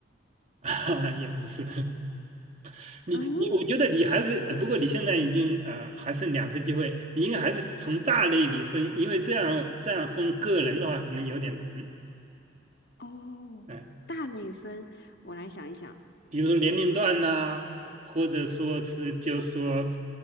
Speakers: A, on the right; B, on the left.
A: <laughs> 啊，也不是，<laughs> 你你，
B: 嗯，
A: 我觉得你还是，呃不过你现在已经呃还剩两次机会，你应该还是从大类里分，因为这样这样分个人的话可能有点难，
B: 哦，
A: 嗯、
B: 大类分，我来想一想，
A: 比如说年龄段呐、或者说是就说，